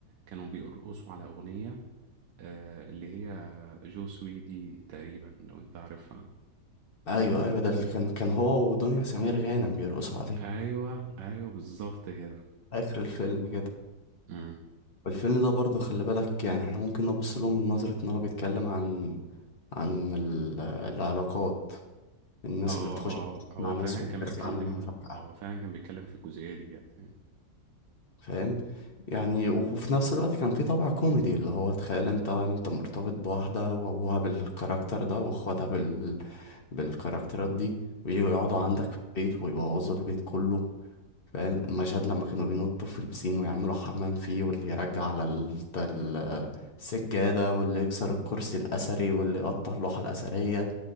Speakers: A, on the right (about 75°); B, on the left (about 45°).
A: كانوا بيرقصوا على اغنيه آه، اللي هي جو سوي دي تقريبا لو انت عارفها
B: ايوه ايوه ده اللي كان كان هو ودنيا سمير غانم بيرقصوا عليه
A: ايوه ايوه بالظبط كده
B: اخر الفيلم كده
A: امم
B: والفيلم ده برضه خلي بالك يعني احنا ممكن نبص لهم من نظره ان هو بيتكلم عن عن ال- العلاقات الناس
A: اه
B: اللي بتخش
A: اه هو
B: مع ناس
A: فعلا
B: وبتخلع
A: كان بيتكلم
B: منها فجأة
A: هو فعلا كان بيتكلم في الجزئيه دي يعني
B: فاهم يعني وفي نفس الوقت كان في طابع كوميدي اللي هو تخيل انت انت مرتبط بواحدة وابوها بالكاركتر ده واخواتها بال... بالكاركترات دي ويجوا يقعدوا
A: امم
B: عندك في البيت ويبوظوا البيت كله فاهم المشهد لما كانوا بينطوا في البسين ويعملوا حمام فيه واللي يرجع على ال... ال- السجادة واللي يكسر الكرسي الأثري واللي يقطع اللوحة الأثرية